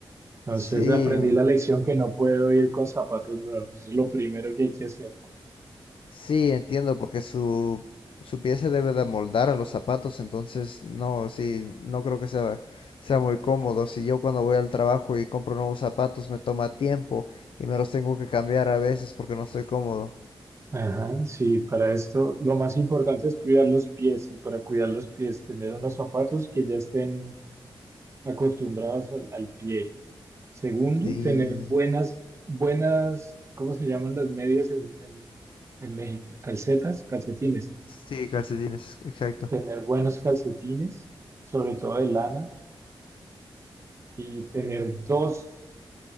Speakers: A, on the right; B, on the left.
A: Entonces
B: Sí,
A: aprendí la lección que no puedo ir con zapatos nuevos. Es lo primero que hay que hacer.
B: Sí, entiendo, porque su, su pie se debe de moldar a los zapatos, entonces no, sí, no creo que sea, sea muy cómodo. Si yo cuando voy al trabajo y compro nuevos zapatos me toma tiempo y me los tengo que cambiar a veces porque no estoy cómodo.
A: Ajá, sí, para esto lo más importante es cuidar los pies y para cuidar los pies tener unos zapatos que ya estén acostumbrados al, al pie. Segundo,
B: Sí,
A: tener buenas, buenas, ¿cómo se llaman las medias en, en, en México? Calcetas, calcetines.
B: sí, calcetines, exacto.
A: Tener buenos calcetines, sobre todo de lana, y tener dos